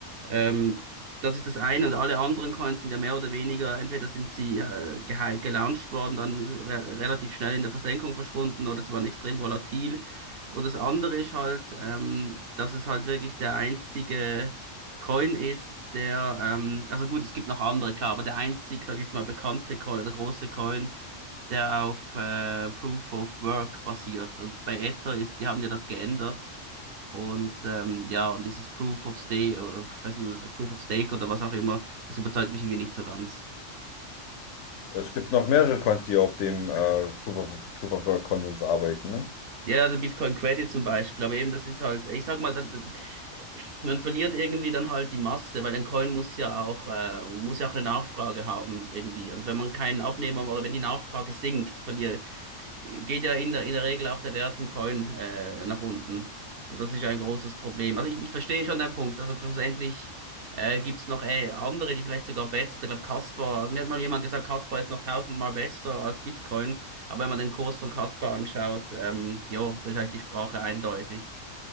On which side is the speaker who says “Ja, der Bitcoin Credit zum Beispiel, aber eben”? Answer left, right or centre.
Right